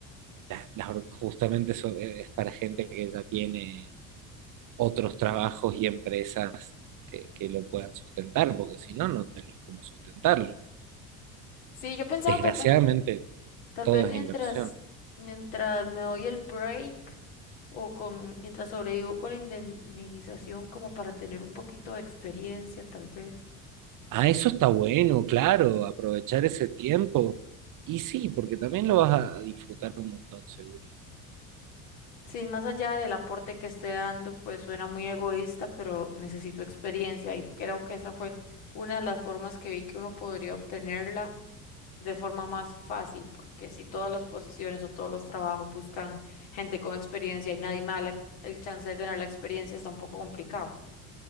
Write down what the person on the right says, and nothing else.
las- las or- justamente son, es para gente que ya tiene otros trabajos y empresas que, que lo puedan sustentar, porque si no, no tenés cómo sustentarlo.
Desgraciadamente,
todo
es
inversión.
Ah, eso está bueno, claro, aprovechar ese tiempo. Y sí, porque también lo vas a disfrutar un montón, seguro.